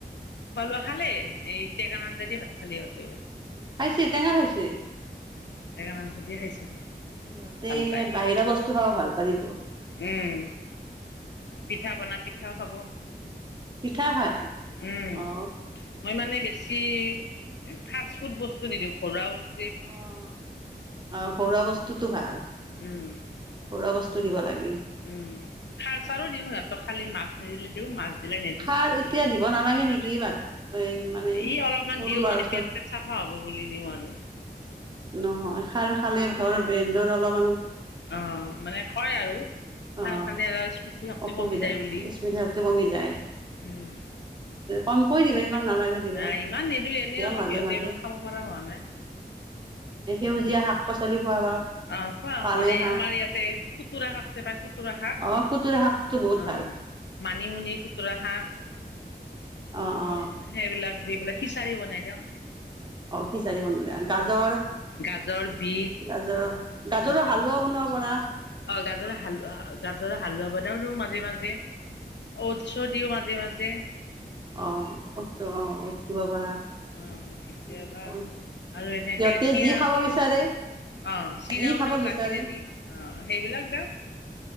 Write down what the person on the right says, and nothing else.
খাইছি, টেঙা খাইছি।
ইহঁতে
বাহিৰা বস্তু খাব ভাল পাৰিব।
পিঠা খায়
অ
অ', আহ, ঘৰুৱা বস্তুটো ভাল ঘৰুৱা
বস্তু। দিব লাগে।
খাৰ এতিয়া
দিব নালাগে নেকি বাট মানে
সৰু
ল'ৰা
ছোৱালী
নহয়। খাৰ খালে ধৰ বেন্দৰ অলপমান <inaudible>
অ
অসুবিধা
স্মৃতিশক্তি কমি যায়
কমকৈ
দিবা ইমান নালাগে দিবা
এতিয়া
মাজে
মাজে
সেউজীয়া
শাক পাচলি খোৱাবা
পালেং
শাক
অ খুতুৰা শাকটো বহুত ভাল
অ অ
অ', খিচাৰি বনালে গাজৰ
গাজৰ গাজৰৰ
হালোৱা বনাব পৰা।
অ অটছ অ অটছ দিব পাৰা
তেনেকৈ
সিহঁতে
যি খাব বিচাৰে
যি খাব
বিচাৰে